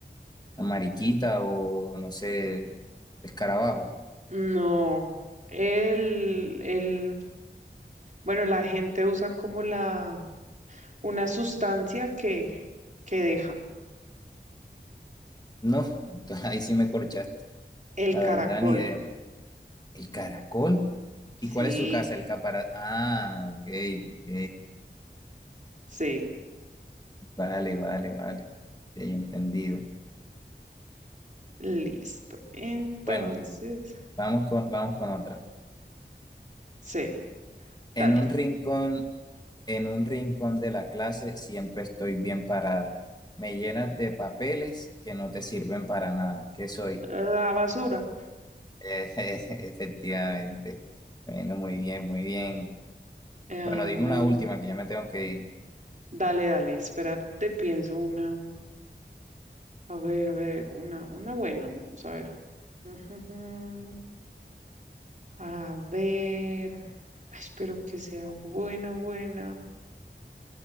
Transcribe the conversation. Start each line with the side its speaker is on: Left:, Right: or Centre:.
Left: la mariquita o, no sé, escarabajo.
Right: No, el, el, Bueno, la gente usa como la, una sustancia que, que deja
Left: No, <laughs> entonces ahí sí me corchaste.
Right: el
Left: La
Right: caracol.
Left: verdad, ni idea. ¿El caracol?
Right: Sí,
Left: ¿Y cuál es su casa? El caparazón. Ah, ok, ok.
Right: sí,
Left: Vale, vale, vale. Ya he entendido.
Right: listo. Entonces,
Left: Bueno, vamos con, vamos con otra.
Right: sí,
Left: En
Right: dale.
Left: un rincón En un rincón de la clase siempre estoy bien parada. Me llenas de papeles que no te sirven para nada. ¿Qué soy?
Right: La basura.
Left: <laughs> Efectivamente. Bueno, muy bien, muy bien.
Right: A
Left: Bueno, dime
Right: ver,
Left: una última que ya me tengo que ir.
Right: dale, dale, espérate, pienso una. A ver, a ver, una, una buena, vamos a ver. Ujujú. A ver, ay, espero que sea buena, buena.